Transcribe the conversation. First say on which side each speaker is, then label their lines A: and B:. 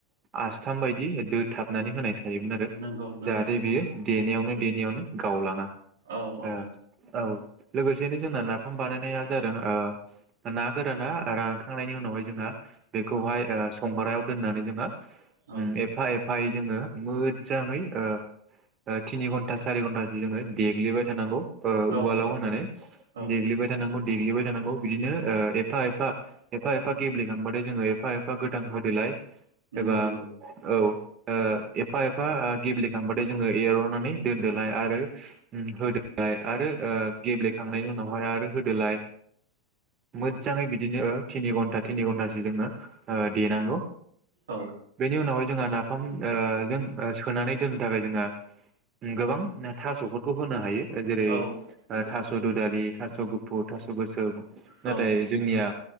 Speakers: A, on the right (about 35°); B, on the right (about 80°).
A: आसथाम बाय दि <unintelligible> थाबनानै होनाय थायोमोन आरो
B: नंगौ नंगौ
A: जाहाथे बियो देनायावनो देनायावनो गावलांङा
B: औ औ
A: ओ औ लोगोसेययैनो जोंना ना नाफाम बानायनाया ओ जादों ना गोराना रानखांनायनि उनावहाय जोंङो बेखौहाय संग्रायाव दोननानै जोङो एफा
B: औ
A: एफ जोङो मोजाङै ओ ओ थिनि घन्टा सारि घन्टासो जोङो देग्लिबाय थानांगौ। ओ
B: औ
A: उवालाव
B: औ
A: होनानै
B: औ
A: देग्लिबाय थानांगौ। देग्लिबाय थानांगौ बिदिनो ओ एफा-एफा-एफा-एफा गेब्लेखांबथाय जोङो एफा एफा गोदान होदोलाय एबा
B: नंगौ नंगौ
A: औ ओ एफा एफा गेब्लेखांबाथाय जोङो एर'नानै दोनदोलाय आरो होदोलाय आरो ओ गेब्लेखां नाय उनावहाय आरो होदोलाय मोजांयै बिदिनो थिनि घन्टा थिनि घन्टासो जोङो ओ देनांगौ
B: औ
A: बेनि उनावहाय जोंहा ना नाफामजों सोनानै दोननो थाखाय जोङो गोबां थास'फोरखौ होनो हायो। जेरै
B: औ
A: थास' रुदालि थास' गुफुर थास' गोसोम
B: औ
A: नाथाय जोंनिया